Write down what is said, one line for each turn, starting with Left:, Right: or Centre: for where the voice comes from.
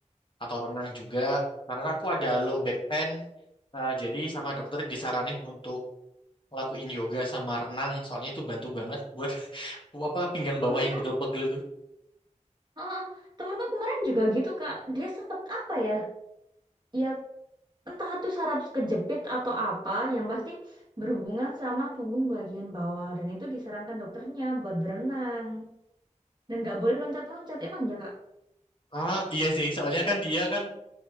Left: atau renang juga. Karena aku ada low back pain, ah, jadi sama dokter disaranin untuk lakuin yoga sama renang. Soalnya itu bantu banget buat <laughs> bu- apa pinggang bawah
Right: Oh ya?
Left: yang pegel-pegel itu.
Right: Ah, temenku kemarin juga gitu, Kak. Dia sempet apa ya? Ya entah itu saraf kejepit atau apa, yang pasti berhubungan sama punggung bagian bawah. Dan itu disarankan dokternya buat berenang. Dan nggak boleh loncat-loncat. Emang ya, Kak?
Left: Ah, iya sih, soalnya kan dia kan